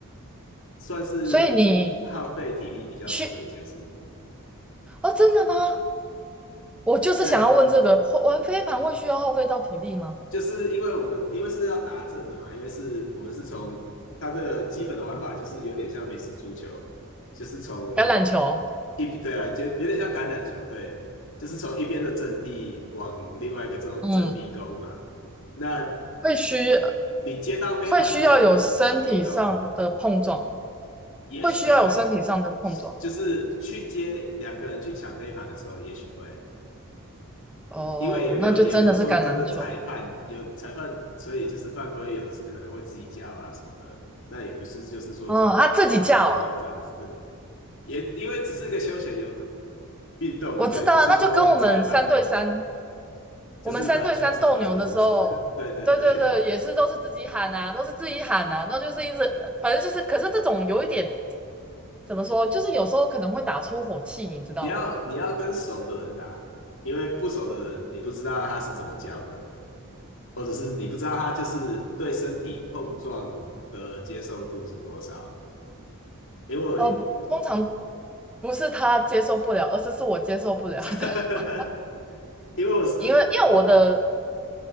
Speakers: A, on the left; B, in the centre.
A: 算是耗费体力比较多的一件事。
B: 所以你去哦，真的吗？我就是想要问这个，
A: 对啊，
B: 会玩飞盘会需要耗费到体力吗？
A: 就是因为我们因为是要达阵的嘛，因为是我们是从它的基本的玩法就是有点像美式足球，就是从
B: 橄榄球哦，
A: 一对啊，就有点像橄榄球，对，就是从一边的阵地往另外一个这种阵地攻嘛。
B: 嗯，
A: 那
B: 会需
A: 你接到飞盘，
B: 会需要有身体上的碰撞，
A: 你就不能移动了，也许会
B: 会需要有身体上的碰撞。
A: 就是去接两个人去抢飞盘的时候，也许会，
B: 哦，
A: 因为也没有也没有说真的裁判有裁判，
B: 那就真的是橄榄球。
A: 所以就是犯规，有可能会自己叫啊什么的，那也不是就是说讲玩的很严这样子，
B: 哦，他自己叫啊，
A: <laughs> 也因为只是一个休闲游的运动嘛，
B: 我知道啊，
A: 所以不是说有裁判，
B: 那就跟我们三对三，
A: 就是篮球三对三是不是？
B: 我们三对三斗牛的时候，
A: <laughs> 对对对，
B: 对对对，也是都是自己喊啊，都是自己喊啊，那就是一直，反正就是，可是这种有一点怎么说，就是有时候可能会打出火气，你知道吗？
A: 你要你要跟熟的人打，因为不熟的人你不知道他是怎么叫的，或者是你不知道他就是对身体碰撞的接受度是多少，因为我。
B: 呃，不通常不是他接受不了，而是是我接受不了的，
A: <laughs>
B: <laughs>
A: 因为我是我
B: 因为因为我的